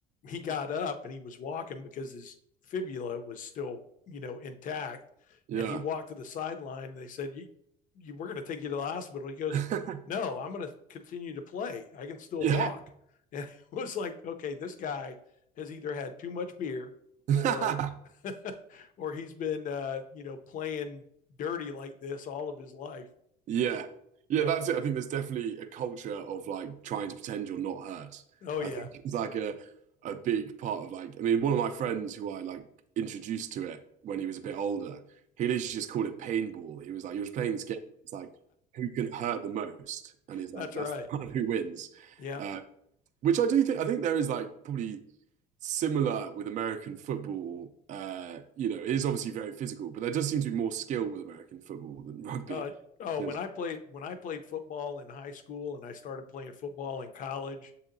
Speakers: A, on the left (about 50°); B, on the right (about 45°).
A: he got up and he was walking because his fibula was still, you know, intact.
B: yeah,
A: And he walked to the sideline. And they said, you, you, We're going to take you to the hospital. He goes,
B: <laughs>
A: No, I'm going to continue to play. I can still
B: yeah.
A: walk. <laughs> And it was like, Okay, this guy has either had too much beer
B: <laughs>
A: or <laughs> or he's been uh you know playing dirty like this all of his life
B: Yeah. Yeah,
A: yeah
B: that's it. I think there's definitely a culture of like trying to pretend you're not hurt.
A: oh
B: I
A: yeah
B: think <laughs> it's like a a big part of like I mean, one of my friends who I like introduced to it when he was a bit older, he literally just called it paintball. He was like he was playing this game. It's like who can hurt the most, and he's
A: that's
B: like that's
A: right
B: the <laughs> one who wins.
A: yeah
B: Uh, which I do think I think there is like probably similar with American football. Uh, you know, it is obviously very physical, but there does seem to be more skill with American football than rugby.
A: Uh, oh,
B: So
A: when I played when I played football in high school and I started playing football in college,